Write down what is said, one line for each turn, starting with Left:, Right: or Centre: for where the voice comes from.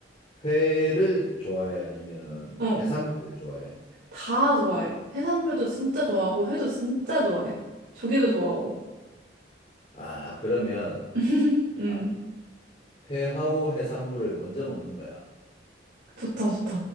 Left: 회를 좋아해 아니면
Right: 어,
Left: 해산물을 좋아해?
Right: 다 좋아해. 해산물도 진짜 좋아하고, 회도 진짜 좋아해. 조개도 좋아하고.
Left: 아 그러면
Right: <laughs> 음,
Left: 아, 회하고 해산물을 먼저 먹는 거야.
Right: 좋다, 좋다.